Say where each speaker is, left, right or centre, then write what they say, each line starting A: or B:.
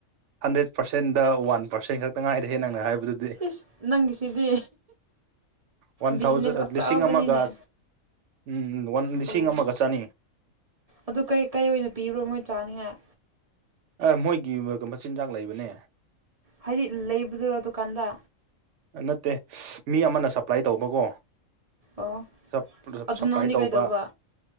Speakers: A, on the right; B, on the right.
A: ꯍꯟꯗ꯭ꯔꯦꯠ ꯄꯥꯔꯁꯦꯟꯗ ꯋꯥꯟ ꯄꯥꯔꯁꯦꯟ ꯈꯛꯇ ꯉꯥꯏꯔꯦ ꯍꯦ ꯅꯪꯅ ꯍꯥꯏꯕꯗꯨ
B: ꯏꯁ ꯅꯪꯒꯤꯁꯤꯗꯤ
A: ꯋꯥꯟ
B: ꯕꯤꯖꯤꯅꯦꯁ
A: ꯊꯥꯎꯖꯟ
B: ꯑꯆꯧꯕꯅꯤꯅꯦ
A: ꯂꯤꯁꯤꯡ ꯑꯃꯒ ꯎꯝ ꯋꯥꯟ ꯂꯤꯁꯤꯡ
B: ꯑꯣ
A: ꯑꯃꯒ ꯆꯥꯅꯤ
B: ꯑꯗꯨ ꯀꯩ ꯀꯩ ꯑꯣꯏꯅ ꯄꯤꯕ꯭ꯔꯣ ꯃꯣꯏ ꯆꯥꯅꯤꯡꯉꯥꯏ
A: ꯑꯦ ꯃꯣꯏꯒꯤ ꯃꯆꯤꯟꯖꯥꯛ ꯂꯩꯕꯅꯦ
B: ꯍꯥꯏꯗꯤ ꯂꯩꯕꯗꯨꯔꯣ ꯗꯨꯀꯥꯟꯗ
A: ꯅꯠꯇꯦ ꯃꯤ ꯑꯃꯅ ꯁꯄ꯭ꯂꯥꯏ ꯇꯧꯕꯀꯣ
B: ꯑꯣ
A: ꯁꯞ
B: ꯑꯗꯨ
A: ꯁꯄ꯭ꯂꯥꯏ
B: ꯅꯪꯗꯤ
A: ꯇꯧꯕ
B: ꯀꯩꯗꯧꯕ